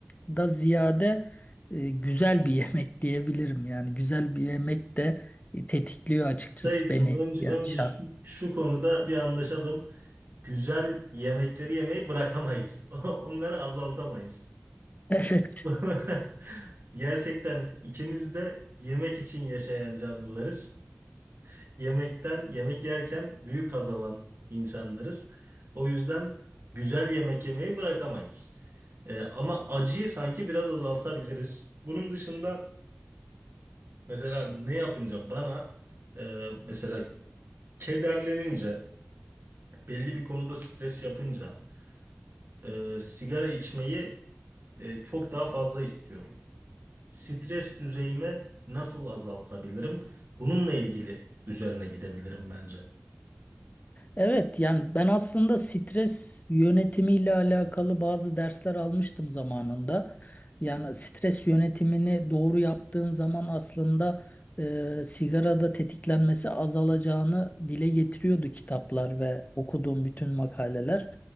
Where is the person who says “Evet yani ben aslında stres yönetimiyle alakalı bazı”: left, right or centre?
Left